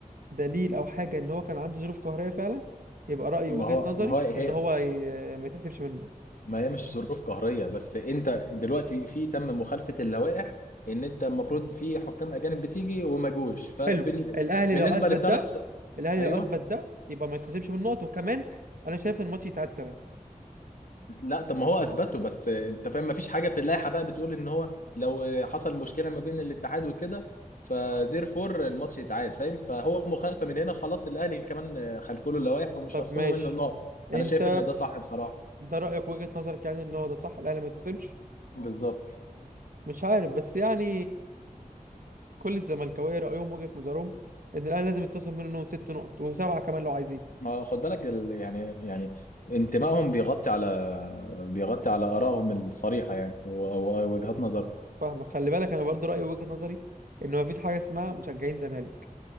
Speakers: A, on the right (about 80°); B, on the left (about 75°).
A: دليل او حاجه ان هو كان عنده ظروف قهريه فعلا يبقى رايي
B: ما
A: وجهه
B: هو
A: نظري
B: ما هو هي
A: ان هو ي... ما يتحسبش من النقط
B: ما هي مش ظروف قهريه بس انت دلوقتي في تم مخالفه اللوائح ان انت المفروض في حكام اجانب بتيجي وما جوش فبالنسبه
A: حلو الاهلي لو اثبت
B: للثلاث
A: ده الاهلي
B: ايوه
A: لو اثبت ده يبقى ما يتحسبش من النقط وكمان انا شايف ان الماتش يتعاد كمان
B: لا طب ما هو اثبته بس انت فاهم ما فيش حاجه في اللائحه بقى بتقول ان هو لو حصل مشكله ما بين الاتحاد وكده فزير فور الماتش يتعاد فاهم فهو مخالفه من هنا خلاص الاهلي كمان خلفوا له اللوائح ومش
A: طب
B: هيخصموا
A: ماشي
B: منه النقط
A: انت
B: انا شايف ان ده صح بصراحه
A: ده رايك وجهه نظرك يعني ان هو ده صح الاهلي ما يتخصمش
B: بالظبط
A: مش عارف بس يعني كل الزملكاويه رايهم وجهه نظرهم ان الاهلي لازم يتخصم منه ست نقط وسبعه كمان لو عايزين
B: ما خد بالك ال... يعني يعني انتمائهم بيغطي على بيغطي على ارائهم الصريحه يعني و- ووجهات نظرهم
A: فاهمك خلي بالك انا برضو رايي وجهه نظري ان ما فيش حاجه اسمها مشجعين زمالك